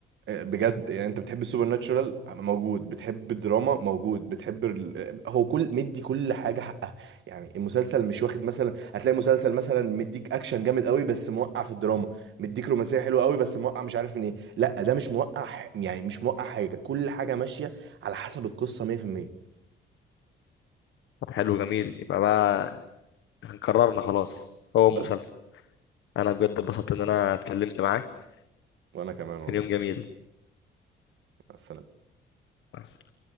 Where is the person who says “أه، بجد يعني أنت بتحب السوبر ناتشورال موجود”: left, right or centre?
Right